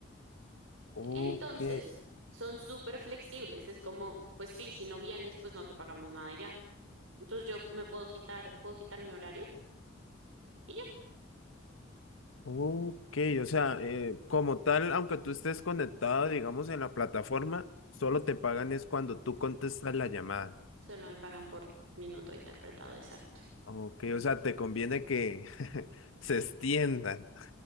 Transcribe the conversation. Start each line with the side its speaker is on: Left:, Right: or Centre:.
Left: Ok,
Right: Entonces, son súper flexibles. Es como, pues sí, si no vienes, pues no te pagamos nada y ya. Entonces, yo me puedo quitar, puedo quitar mi horario y ya.
Left: ok. O sea, eh,
Right: Ujú,
Left: como tal, aunque tú estés conectado, digamos, en la plataforma, solo
Right: ujú,
Left: te pagan es cuando tú contestas
Right: sí.
Left: la llamada.
Right: Solo me pagan por minuto interpretado exacto.
Left: Ok, o sea, te conviene que <laughs> se extiendan.